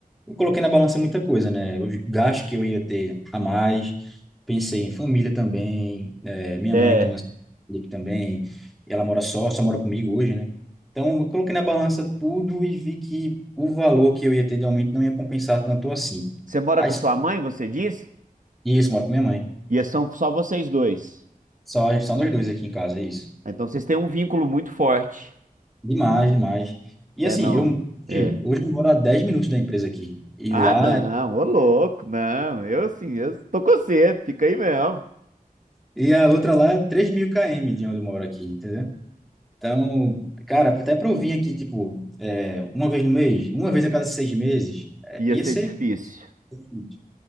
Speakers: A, in the centre; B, on the right.
A: eu coloquei na balança muita coisa, né? Os gastos que eu ia ter a mais, pensei em família também, eh, minha
B: É.
A: mãe tem uma filha aqui também, e ela mora só, só mora comigo hoje, né? Então, eu coloquei na balança tudo e vi que o valor que eu ia ter de aumento não ia compensar tanto assim.
B: Você mora
A: Aí,
B: com a sua mãe, você disse?
A: isso, moro com minha mãe.
B: E é, são só vocês dois.
A: Só, só nós dois aqui em casa, é isso.
B: Ah, Então vocês têm um vínculo muito forte.
A: Demais, demais. E
B: É,
A: assim,
B: não.
A: eu
B: É.
A: hoje hoje eu moro a 10 minutos da empresa aqui. E
B: Ah,
A: lá
B: não,
A: é-
B: ô louco, não. Eu sim, eu tô com você, fica aí mesmo.
A: e a outra lá é 3 mil km de onde eu moro aqui, entendeu? Então, cara, até para eu vir aqui, tipo, é, uma vez no mês, uma vez a cada seis meses, é,
B: Ia
A: ia
B: ser
A: ser.
B: difícil.
A: difícil.